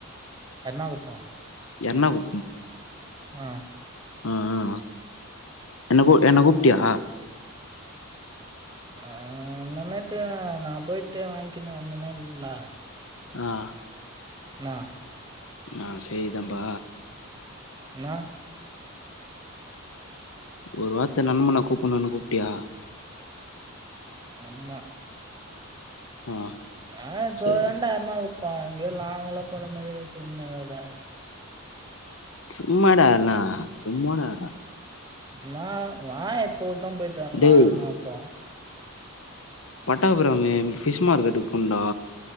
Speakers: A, on the right (about 20°); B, on the left (about 70°).
A: எர்ணாகுப்போ
B: எர்ணாகு
A: அ
B: அ அ என்ன கூ என்ன கூப்ட்டியா
A: அ அ நேத்து நா போய்ட்டு வாய்ங்கினு வந்துனேன்ந் டா
B: அ
A: இனா
B: அ செரிதான்ம்பா
A: இனா
B: ஒரு வார்த்த நண்பன கூப்புன்னொனு கூப்ட்டியா
A: ஆமா
B: ஆ
A: நா
B: சரி
A: தோதண்டா எர்ணாகுப் பா எங்யோ நால்ங்கல போன மாரி சொல்லின்கெடக்கிற
B: சும்மாடா அல்லா சும்மாடா
A: ந வாயே இப்பகூட்தா போய்ட்டு வர்லா
B: டேய்
A: ன்னா இப்போ
B: பட்டாபிராமு ஃபிஷ் மார்க்கெட்டுக் போனுன்டா